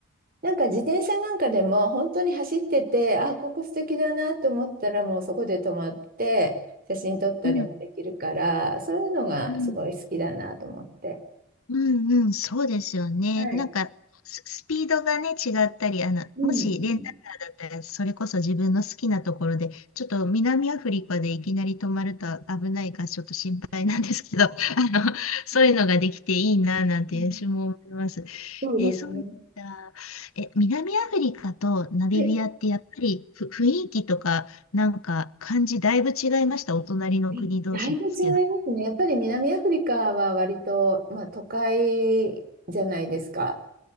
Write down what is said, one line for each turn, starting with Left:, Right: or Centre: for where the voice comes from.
Right: なんか自転車なんかでも本当に走ってて、あ、ここ素敵だなと思ったらもうそこで止まって写真撮ったりもできるから、
Left: うん、
Right: そういうのがすごい好きだなと思って。
Left: うん。うんうん、そうですよね。
Right: はい。
Left: なんか、ス、スピードがね、違ったり、あの、
Right: うん、
Left: もしレンタカーだったら、
Right: うん、
Left: それこそ自分の好きなところで、ちょっと南アフリカでいきなり止まると危ないから、ちょっと心配なんですけど、<laughs> あの、そういうのができていいな、なんて私も思います。
Right: うん。そうですね。
Left: え、そうなんだ。え、南アフリカとナミビアって、
Right: はい。
Left: やっぱりふ、雰囲気とか、なんか、感じ、だいぶ違いました。お隣の国同士ですけど。
Right: えだいぶ違いますね。やっぱり南アフリカは割と、まあ、都会じゃないですか。